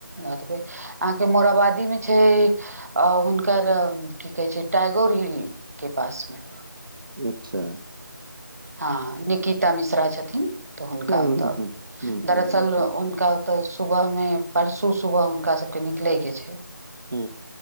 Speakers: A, on the right (about 45°); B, on the right (about 80°).
A: एतबे अहाँ के मोराबादी में छै हुनकर की कहै छै टाइगोर हिल के पास मे
B: अच्छा
A: हँ निकिता मिश्रा छथिन तऽ हुनका
B: है, हम्म,
A: ओतय
B: हम्म, हम्म,
A: दरअसल
B: हम्म, हम्म,
A: हुनका ओतय सुबह में परसू सुबह हुनका सभके निकलैके छै
B: ओ